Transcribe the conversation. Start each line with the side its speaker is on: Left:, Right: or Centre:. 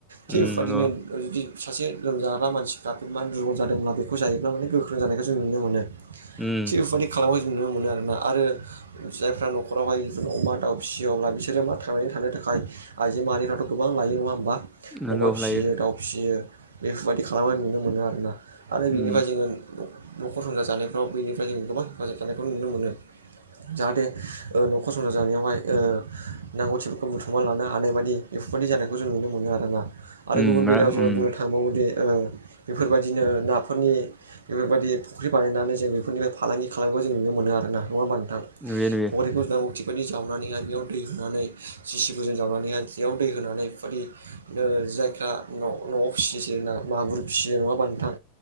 Right: थिग
Centre: उम
Right: इफोरबायदिनो
Centre: नंगौ
Right: जुदि सासे लोमजाग्रा मानसिफ्रा बे मा दुरबल जादोंब्ला बेखौ जायोब्ला माने गोख्रों जानायखो जों नुनो मोनो।
Centre: उम
Right: थि बेफोरबायदि खालामनायखौ जों नुनो मोनो आरोना आरो। जायफ्रा न'खरावहाय बिदिनो अमा दाउ फिसियो अब्ला बिसोरो मा थांनानै थानो थाखाय आइजो माहारिनियावथ' गोबां लायो नङा ओमबा?
Centre: नंगौ
Right: अमा फिसियो
Centre: लायो
Right: दाउ फिसियो बेफोरबायदि खालामनाय नुनो मोनो आरोना। आरो
Centre: उम
Right: बेनिफ्राय जोङो न'खर संसार जानायफ्राव बेनिफ्राय जों गोबां हेफाजाब जानायखौ नुनो मोनो। जाहाथे ओ न'खर संसार जानायावहाय ओ नांगौथिफोरखौ बुथुमना लानो हानाय बायदि। इफोरबायदि जानायखौ जों नुनो मोनो आरोना आरो
Centre: उम
Right: गुबुन
Centre: रा
Right: बेलायाव जोङो
Centre: उम
Right: बुंनो था थांबावो दे ओ बेफोरबायदिनो नाफोरनि बेफोरबायदि फुख्रि बानायनानै जों बेफोरनिफ्राय फालांगि खालाम नायबो जों नुनो मोनो आरोना नङा होनबा नोंथां?
Centre: नुयो नुयो।
Right: फख्रिखौ नांगौथि बादि जावनानैहाय बेयाव दै होनानै जिसिबिजों जावनानैहाय बेयाव दै होनानै इफोरबादि ओ जायफ्रा न'-न'आव फिसियोसै ना मागुर फिसियो नङा होनबा नोंथां?